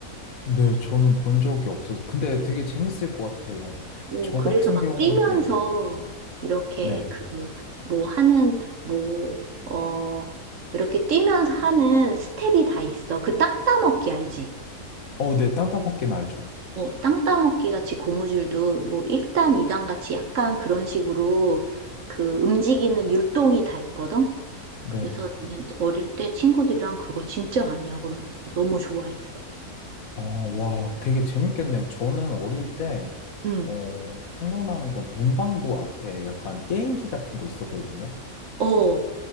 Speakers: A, on the left (about 65°); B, on the right (about 60°).
A: 네, 저는 본 적이 없어서. 근데 되게 재밌을 것 같아요.
B: 오,
A: 저
B: 그래서
A: 같은
B: 막
A: 경우,
B: 뛰면서
A: 네,
B: 이렇게
A: 네.
B: 그, 뭐 하는, 뭐, 어, 이렇게 뛰면서 하는 스텝이 다 있어. 그 땅 따먹기 알지?
A: 어, 네, 땅따먹기는 알죠.
B: 어, 땅 따먹기 같이 고무줄도 뭐 1단, 2단 같이 약간 그런 식으로 그 움직이는 율동이 다 있거든?
A: 네.
B: 그래서 나는 어릴 때 친구들이랑 그거 진짜 많이 하고 놀았어. 너무 좋아했어.
A: 어, 와, 되게 재밌겠네요. 저는 어릴 때,
B: 응.
A: 어, 생각나는 건 문방구 앞에 약간 게임기 같은 거 있었거든요.
B: 어,